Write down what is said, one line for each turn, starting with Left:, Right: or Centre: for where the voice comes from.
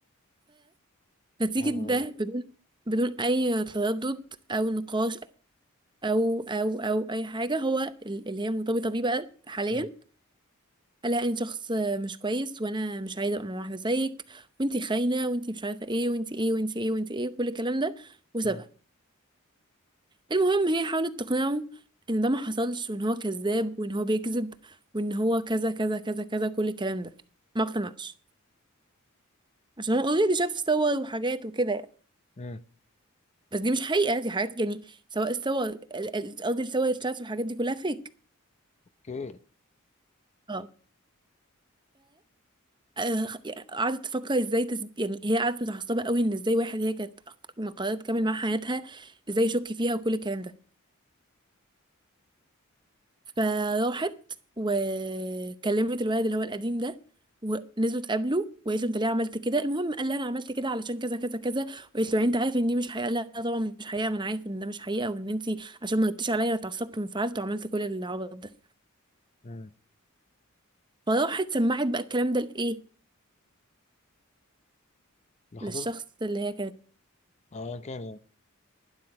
Right: فنتيجه
Left: لا، لا،
Right: ده
Left: لا.
Right: بدون بدون اي تردد او نقاش او او او اي حاجه هو ال- اللي هي مرتبطه بيه بقى حاليا
Left: امم
Right: لا انت شخص مش كويس وانا مش عايزه ابقى مع واحده زيك وانتي خاينه وانتي مش عارفه ايه وانتي ايه وانتي ايه وانتي ايه كل الكلام ده وسابها
Left: امم
Right: المهم هي حاولت تقنعه ان ده ما حصلش وان هو كذاب وان هو بيكذب وان هو كذا كذا كذا كذا كل الكلام ده ما اقتنعش عشان هو اوريدي شاف صور وحاجات وكده يعني
Left: امم
Right: بس دي مش حقيقه دي حاجات يعني سواء الصور ال- ال- قصدي الصور الشات والحاجات دي كلها فيك
Left: اوكي
Right: اه آه، قعدت تفكر ازاي تس... يعني هي قعدت متعصبه قوي ان ازاي واحد هي كانت قررت تكمل مع حياتها ازاي يشك فيها وكل الكلام ده فراحت وكلمت الولد اللي هو القديم ده ونزلوا اتقابلوا وقالت له انت ليه عملت كده المهم قال لها انا عملت كده علشان كذا كذا كذا وقالت له يعني انت عارف ان دي مش حقيقه قال لها آه طبعا مش حقيقه ما انا عارف ان ده مش حقيقه وان انت عشان ما غبتيش عليا انا اتعصبت وانفعلت وعملت كل العبط ده
Left: امم
Right: فراحت سمعت بقى الكلام ده لايه
Left: ده خطيبها
Right: للشخص اللي هي كانت
Left: اه أيا كان يعني